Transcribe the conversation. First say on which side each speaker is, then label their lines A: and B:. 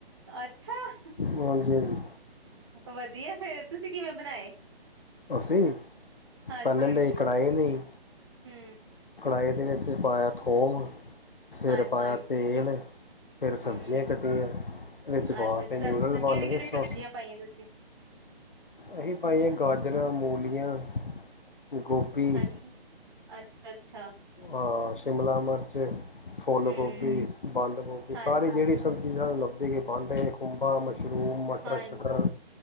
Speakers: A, on the right (about 25°); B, on the left (about 60°).
A: ਅੱਛਾ
B: ਹਾਂਜੀ ਹਾਂਜੀ।
A: ਵਧੀਆ ਫੇਰ, ਤੁਸੀਂ ਕਿਵੇਂ ਬਣਾਏ?
B: ਅਸੀ,
A: ਹਾਂਜੀ
B: ਪੱਹਿਲੇ ਲਈ ਕੜਾਹੀ ਲਈ।
A: ਹੂੰ।
B: ਇਹਦੇ ਵਿੱਚ ਫੇਰ ਪਾਇਆ ਥੋਮ, ਫੇਰ
A: ਹਾਂਜੀ
B: ਪਾਇਆ ਤੇਲ ਫੇਰ ਸਬਜ਼ੀਆਂ
A: ਹੂੰ
B: ਕੱਟੀਆਂ, ਇਹ ਪਾ
A: ਅੱਛਾ
B: ਤੇ
A: ਸਭ
B: ਨਿੂਡਲ ਬਨ
A: ਕਿਹੜੀ ਕਿਹੜੀ
B: ਗਏੇ
A: ਸਬਜ਼ੀਆਂ
B: ਸੋ।
A: ਪਾਈਆਂ ਤੁਸੀਂ?
B: ਅਸੀਂ ਭਾਈਏ ਗਾਜਰਾਂ ਮੂ ਹੁਲੀਆਂ ਗੋਭੀ,
A: ਹਾਂਜੀ ਅੱਛਾ ਅੱਛਾ।
B: ਹਾਂ ਸ਼ਿਮਲਾ ਮਿਰਚ ਫੁੱਲ
A: ਹੂੰ
B: ਗੋਭੀ, ਬੰਦ ਗੋਭੀ
A: ਹਾਂਜੀ
B: ਸਾਰੀ ਜਿਹੜੀ ਸਬਜ਼ੀ ਸਾਨੂੰ ਲ ਦੇ ਕੇ ਪਾਉਂਦੇ ਖੂ ਪਾ ਮਸ਼ਰੂਮ, ਮਟਰ-
A: ਹਾਂਜੀ,
B: ਸ਼ਟਰ,